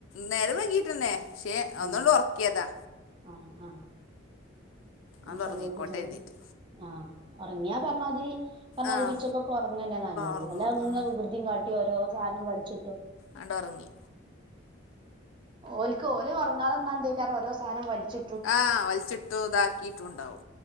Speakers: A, on the left; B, on the right.
A: നേരം വൈകീട്ടന്നെ ക്ഷെ ഒന്നട്
B: ഉം
A: ഒറ്ക്കിയ്യതാ.
B: ആഹ് ആഹ്
A: ആണ്ട്
B: ചലഞ്ച്
A: ഒറങ്ങിക്കോട്ടെ
B: ചലം
A: കരുതീട്ട്
B: ആ ഒർങ്ങിയാ പറഞ്ഞാതിരി പറഞ്ഞാതിരി
A: ആഹ്
B: ഉച്ചക്കൊക്കെ ഒർങ്ങന്നെ നല്ലത്.
A: ഒറങ്ങും
B: അല്ലാതെങ്ങ
A: ഉം
B: വികൃതിം കാട്ടി ഓരോ സാനം വൽച്ചിട്ടും
A: ആണ്ടോർങ്ങി.
B: ഓല്ക്ക് ഓല് ഒറങ്ങാത് ന്നാ എന്തയ്ക്കാരം ഓരോ സാനം വലിച്ചി
A: ആ വലിച്ചിട്ടു താക്കിട്ടുണ്ടാവും.